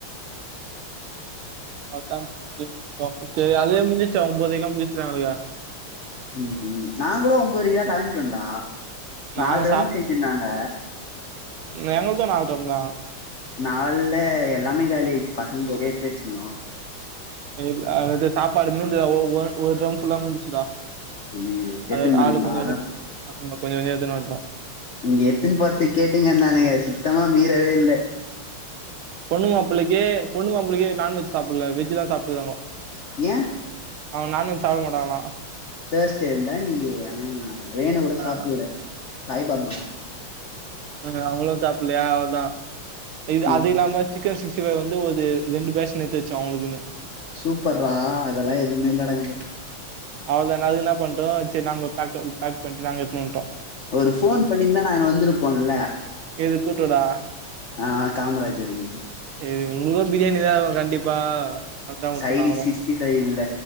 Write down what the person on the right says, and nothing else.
பாத்தா <inaudible> ச்சு அதே முன்சுச்சு ஒன்பதேலா முன்சுச்சுதானுக
நாங்க
எங்கள்து நால் ட்ரம்தா
இல் அது இது சாப்பாடு மீந்ததாவோ ஓ ஒரு ட்ரம் ஃபுல்லா மீதுச்சுடா
அது
ஆளுக் கொஞ்சோண்டு கொஞ்சோ கொஞ்சோ எடுத்துன்வன்ட்டோ
பொண்ணு மாப்ளைக்கே பொண்ணு மாப்ளைக்கே நான்வெஜ் சாப்புல வெஜ்ஜுதா சாப்ட்டுகாங்க
அவன் நான்வெஜ் சாப்பு மாட்டாங்களா
அஹ்
அதா அவுங்குளு சாப்புலியா அவுள்தா இது
அது இல்லாம சிக்கன் சிக்ஸ்டி ஃபை வந்து ஒது ரெண்டு பேஷின் எட்த்து வச்சோ அவுங்ளுகுனு
அவுள்தா நா அது இன்ன பண்ட்டோ செர் நாங்கோ பேக்கு பேக் பண்ட்டு நாங்க எட்த்துன் வன்ட்டோ
இது கூத்துடா
ஏ உங்ளுக்கு பிரியாணிதாகு கண்டிப்பா அதான் விட்டோம்
நாங்களும்